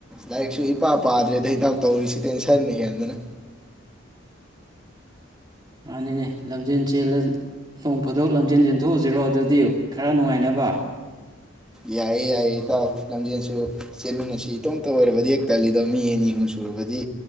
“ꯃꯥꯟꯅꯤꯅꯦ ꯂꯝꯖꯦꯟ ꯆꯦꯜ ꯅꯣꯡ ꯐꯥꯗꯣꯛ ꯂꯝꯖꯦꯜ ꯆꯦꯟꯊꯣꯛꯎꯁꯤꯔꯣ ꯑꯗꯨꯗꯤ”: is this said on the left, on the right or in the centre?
Right